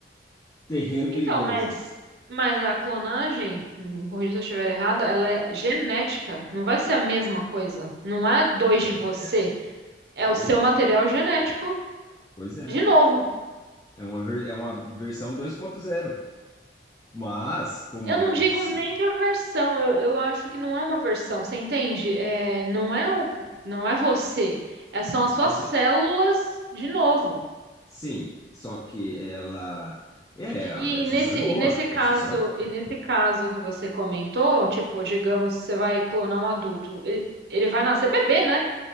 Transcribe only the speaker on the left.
terreno
perigoso
aí.
É, Pois
é,
são
dois
de você.
Pois é.
É uma, ver- é uma versão dois ponto zero, mas como
é um
ser,
não
é você.
Sim, só que ela. É, a
a discussão
é boa.
A discussão é boa.
para